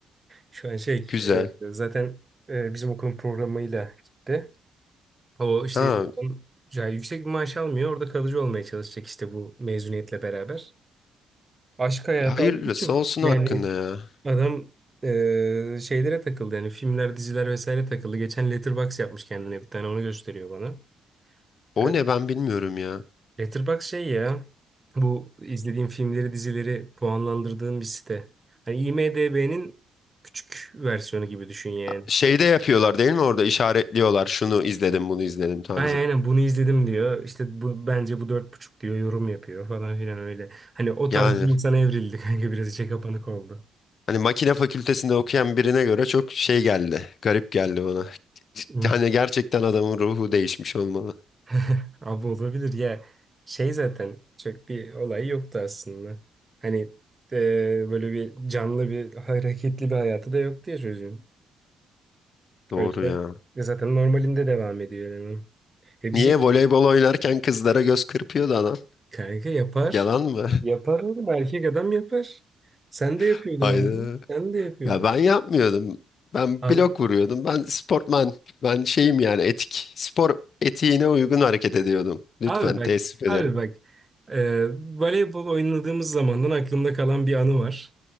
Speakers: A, on the right (about 20°); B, on the left (about 50°).
A: Şu an şey
B: Güzel.
A: e, zaten e, bizim okulun programıyla gitti. O işte
B: Ha,
A: okulun- ya yüksek bir maaş almıyor. Orada kalıcı olmaya çalışacak işte bu mezuniyetle beraber. Aşk hayatı
B: hayırlısı
A: abi çok
B: olsun
A: Yani
B: hakkında ya.
A: adam e, şeylere takıldı yani filmler, diziler vesaire takıldı. Geçen Letterboxd yapmış kendine bir tane onu gösteriyor bana. E,
B: O ne ben bilmiyorum ya.
A: Letterboxd şey ya bu izlediğim filmleri, dizileri puanlandırdığım bir site. Hani IMDb'nin küçük versiyonu gibi düşün yani.
B: Şeyde yapıyorlar değil mi orada işaretliyorlar. Şunu izledim, bunu izledim tarzı.
A: Aynen aynen bunu izledim diyor. İşte bu bence bu dört buçuk diyor yorum yapıyor falan filan öyle. Hani o tarz
B: Yani
A: bir insana evrildi kanka biraz içe kapanık oldu.
B: hani makine fakültesinde okuyan birine göre çok şey geldi. Garip geldi bana. <laughs>
A: <laughs>
B: Hani gerçekten adamın ruhu değişmiş olmalı.
A: <laughs> Abi olabilir ya. Şey zaten çok bir olay yoktu aslında. Hani e, böyle bir canlı bir hareketli bir hayatı da yoktu ya çocuğun.
B: Doğru
A: O yüzden
B: ya.
A: e, zaten normalinde devam ediyor eleman. E bizim
B: Niye voleybol oynarken kızlara göz kırpıyordu adam?
A: kanka yapar.
B: Yalan mı?
A: Yapar oğlum erkek adam yapar. Sen de yapıyordun
B: <laughs> Hayda.
A: abi. Sen de yapıyordun.
B: Ya ben yapmıyordum. Ben
A: Abi,
B: blok vuruyordum. Ben sportman. Ben şeyim yani etik. Spor etiğine uygun hareket ediyordum. Lütfen
A: abi bak
B: teessüf ederim.
A: abi bak e, voleybol oynadığımız zamandan aklımda kalan bir anı var.